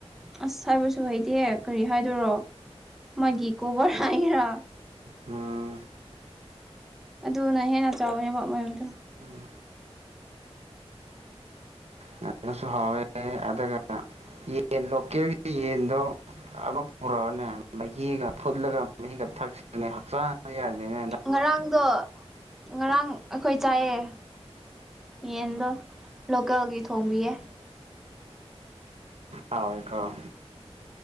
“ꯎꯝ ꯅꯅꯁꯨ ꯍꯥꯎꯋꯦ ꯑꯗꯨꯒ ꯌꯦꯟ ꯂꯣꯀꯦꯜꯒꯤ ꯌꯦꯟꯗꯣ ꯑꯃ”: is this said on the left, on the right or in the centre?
Right